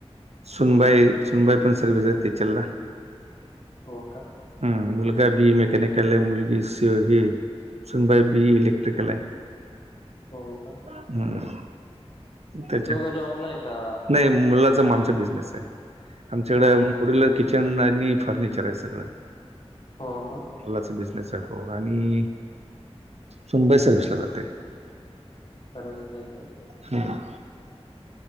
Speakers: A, on the right (about 75°); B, on the left (about 50°).
A: सुनबाई
B: हो का?
A: सुनबाई पण सर्विस ला आहे टीचर ला.
B: हो का?
A: हम् मुलगा बी मेकॅनिकल आहे मुलगी हे सुनबाई बीयी इलेक्ट्रिकल आहे.
B: हो का?
A: हम् त्याच्यात
B: दोघं जॉबला आहे का?
A: नाही मुलाचा म आमचा बिझनेस आहे. आमच्याकडें
B: हो
A: माँड्युलर
B: का?
A: किचन आणि फर्निचर आहे सगळं.
B: हो का?
A: मुलाचा बिझनेस आहे हो आणि सुनबाई सर्विसला जाते.
B: सर्विस ला इकडे आहे.
A: हम.